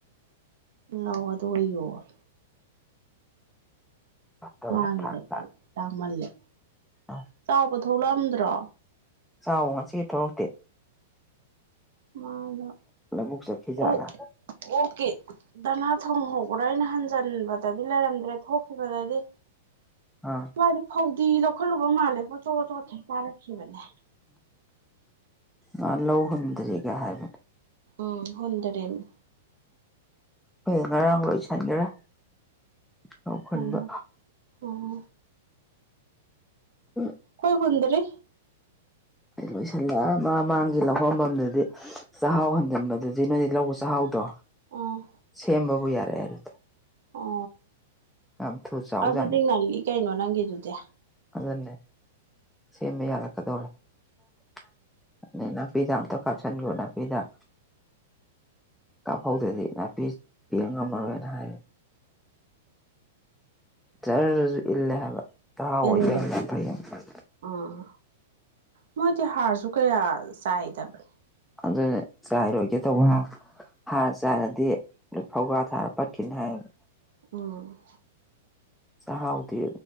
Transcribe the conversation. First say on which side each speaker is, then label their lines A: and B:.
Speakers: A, on the right; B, in the centre.
A: ꯂꯧ ꯑꯗꯨꯒ ꯌꫭꯟꯂꫭ
B: ꯐꯠꯇꯕ
A: ꯃꯥꯡꯉꯦꯗ
B: ꯊꯥꯛ ꯇꯥ
A: ꯇꯥꯃꯜꯂꯦ
B: ꯑ
A: ꯆꯥꯎꯕ ꯊꯣꯛꯂꯝꯛꯑꯗ꯭ꯔꯣ
B: ꯆꯥꯎꯕ ꯉꯁꯤ ꯊꫭꯛꯂꯛꯇꯦ
A: ꯃꯅꯥ
B: ꯂꯧꯕꯨꯛ ꯆꯠꯈꯤꯖꯥꯠꯂꯥ
A: ꯑꯣꯛ ꯑꯣꯛꯀꯤ ꯗꯥꯅꯥ ꯊꯣꯡ ꯍꯧꯕ꯭ꯔꯥ ꯑꯩꯅ ꯍꯟꯖꯤꯟꯕ ꯇꯗꯤ ꯂꯩꯔꯝꯗ꯭ꯔꯦ ꯊꯣꯛꯈꯤꯕꯗꯗꯤ
B: ꯑ
A: ꯃꯥꯗꯤ ꯐꯧꯗꯤ ꯂꯧꯈꯠꯂꯨꯕ ꯃꯥꯜꯂꯦ ꯄꯨꯡꯆꯣꯠ ꯆꯣꯠꯈꯩ ꯀꯥꯔꯛꯈꯤꯕꯅꯦ
B: ꯃꯥ ꯂꯧꯍꯟꯗꯔꯤꯒ ꯍꯥꯏꯕꯅꯦ
A: ꯎꯝ ꯍꯟꯗꯔꯦꯃꯤ
B: ꯑꯈꫭꯏꯗꯤ ꯉꯔꯥꯡ ꯂꯣꯏꯁꯟꯒ‌꯭ꯔ‌ꯦ ꯂꯧ ꯍꯨꯟꯕ
A: ꯎꯝ ꯎꯝ
B: ꯍꯣꯏ <unintelligible>
A: ꯑꯈꫭꯏ ꯍꯨꯟꯗꯔꯤ
B: ꯂꯣꯏꯁꯤꯜꯂꯑꯃ ꯃꯥꯡꯒꯤ ꯂꯧꯐꯝꯃꯝꯗꯨꯗꯤ <unintelligible> ꯆꯥꯛꯍꯥꯎ ꯍꯟꯖꯤꯟꯕꯗꯨꯗꯤ ꯅꯣꯏꯗꯤ ꯂꯧꯕ ꯆꯥꯛꯍꯥꯎꯗꯣ
A: ꯎꯝ
B: ꯁꯦꯝꯕꯕꯨ ꯌꯥꯔꯛꯑꯦ ꯑꯗꯨꯗꯤ
A: ꯑꯣ
B: ꯌꯥꯝ ꯊꯨ ꯆꯥꯎꯖꯥꯠꯅꯤ
A: ꯑꯗꯨꯗꯤ ꯉꯜꯂꯤ ꯀꯩꯅꯣ ꯅꯪꯒꯤꯗꯨꯗꯤ
B: ꯑꯗꯨꯅꯦ ꯁꯦꯝꯕ ꯌꯥꯔꯛꯀꯗꯧꯔꯦ <unintelligible> ꯅꯥꯄꯤꯗꯛ ꯑꯝꯇꯛ ꯀꯥꯞꯁꯤꯟꯈ꯭ꯔꫭ ꯅꯥꯄꯤꯗꯥꯛ ꯀꯥꯞꯍꯧꯗꯥꯗꯤ ꯅꯥꯄꯤ ꯄ‌ꯦꯡ ꯉꯝꯃꯔꯣꯏꯅ ꯍꯥꯏꯌꯦ ꯖꯔꯁꯨ ꯏꯜꯂꯦ ꯍꯥꯏꯕ ꯆꯍꯥꯎ
A: ꯄꯦꯟꯒꯅꯤ
B: ꯑꯣꯏꯕꯩꯔꯥ ꯌꯥꯝꯅ ꯐꯩꯌꯦ
A: ꯎꯝ ꯃꯣꯏꯗꯤ ꯍꯥꯔꯁꯨ ꯀꯌꯥ ꯆꯥꯏꯗꯕꯅꯤ
B: ꯑꯗꯨꯅꯦ ꯆꯥꯏꯔꯣꯏꯒꯦ ꯇꯧꯕ꯭ꯔ <unintelligible> ꯍꯥꯔ ꯆꯥꯏꯔꯗꯤ ꯐꯧꯒꯥ ꯊꯥꯔ <unintelligible> ꯄꯠꯈꯤꯅꯤ ꯍꯥꯏꯌꯦꯕ
A: ꯎꯝ
B: ꯆꯍꯥꯎꯗꯤ